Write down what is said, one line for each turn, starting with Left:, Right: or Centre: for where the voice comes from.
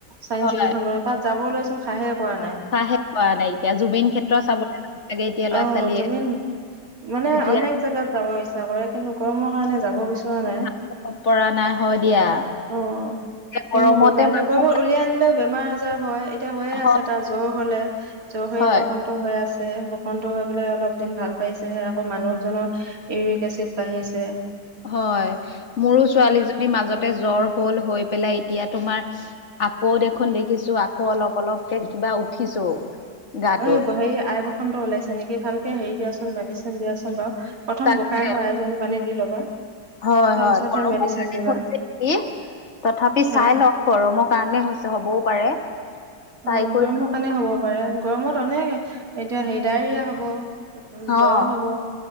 Right: চাইন্স
Left: হয়
Right: চিটি খন বনালে তাত যাবলৈ খাহহে কৰা নাই
Left: চাহে নাইকিয়া জুবিন ক্ষেত্ৰ চাবলৈ <unintelligible> লাগে এতিয়া ল'ৰা
Right: অ
Left: ছোৱালীয়ে
Right: জুবিন মানে
Left: এতিয়া
Right: অনেক জেগাত যাব ইচ্ছা কৰে কিন্তু গৰমৰ কাৰণে যাব বিচৰা নাই
Left: যাব পৰা নাই হয় দিয়া
Right: অ
Left: গৰমতে
Right: কিনো কৰিবা এতিয়া
Left: মানুহ
Right: গৰমত উলিয়াই আনিলেও বেমাৰ আজাৰ হয় এতিয়া হৈয়ে
Left: হয়,
Right: আছে এটা জ্বৰ হলে জ্বৰ হৈ
Left: হয়,
Right: বসন্ত হৈ আছে বসন্ত হৈ পেলাই অলপ দিন ভাল পাইছেহে আকৌ মানুহজনৰ ইউৰিক এচিড বাঢ়িছে
Left: হয় মোৰো ছোৱালীজনীৰ মাজতে জ্বৰ হল হৈ পেলাই এতিয়া তোমাৰ আকৌ দেখোন দেখিছো আকৌ অলপ অলপকে কিবা উঠিছো গাটোত।
Right: এই হেৰি আই বসনত ওলাইছে নেকি ভালকে হেৰি দিয়াচোন মেডিচিন দিয়াচোন বাৰু প্ৰথম
Left: তাকে
Right: গোহাঁই ঘৰ আইএজনী পানী দি ল'বা
Left: হয়
Right: তাৰ
Left: হয়
Right: পিছতহে
Left: গৰমৰ
Right: মেডিচিন
Left: কাৰণে
Right: দিবা
Left: হৈছে নেকি তথাপি
Right: হা
Left: চাই লওঁ গৰমৰ কাৰণে হৈছে হ'বও পাৰে চাই
Right: উ
Left: কৰি
Right: গৰমৰ কাৰণে হ'ব পাৰে গৰমত অনেক এতিয়া হেৰি ডায়েৰিয়া হব
Left: অ'
Right: জ্বৰ হব